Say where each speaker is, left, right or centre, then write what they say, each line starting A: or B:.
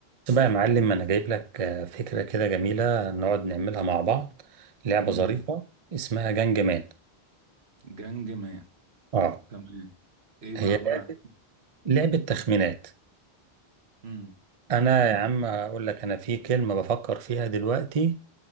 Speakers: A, on the right (about 40°); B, on the right (about 70°).
A: بس بقى يا معلم انا جايب لك آه، فكره كده جميله نقعد نعملها مع بعض لعبه
B: امم
A: ظريفه اسمها جنج مان
B: جانج مان
A: اه
B: تمام ايه بقى
A: هي
B: عبارة عن
A: لعبه تخمينات
B: امم
A: انا يا عم هقول لك انا في كلمه بفكر فيها دلوقتي